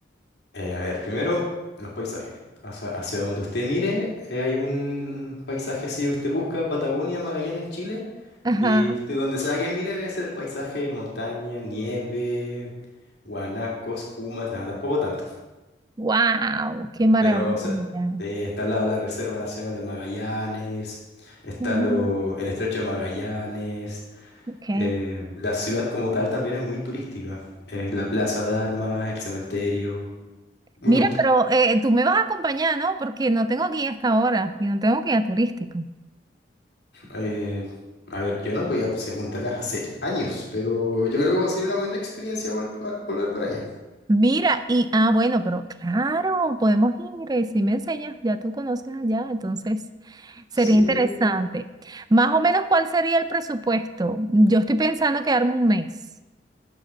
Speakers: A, on the left; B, on the right.
A: Eh, a ver, primero, los paisajes. Hacia, hacia donde usted mire, eh, hay un paisaje, si usted busca Patagonia, Magallanes, Chile,
B: Ajá.
A: y usted donde sea que mire, ve ese paisaje, montaña, nieve, guanacos, pumas, nada, tampoco tanto.
B: Wow, qué maravilla.
A: Pero, o sea, eh, está al lado la Reserva Nacional de Magallanes, está
B: Ujú,
A: lo, el Estrecho de Magallanes.
B: Ok.
A: eh, la ciudad como tal también es muy turística. eh, la Plaza de Armas, el cementerio, muy
B: Mira,
A: bonito.
B: pero eh, tú me vas a acompañar, ¿no? Porque no tengo guía hasta ahora y no tengo guía turístico.
A: Eh, a ver, yo no voy a se- Punta Arenas hace años, pero yo creo que sería una bonita experiencia vol- volver por allá.
B: Mira, y ah, bueno, pero claro, podemos ir, eh, si me enseñas, ya tú conoces allá, entonces sería
A: Sí,
B: interesante. Más o menos, ¿cuál sería el presupuesto? Yo estoy pensando quedarme un mes.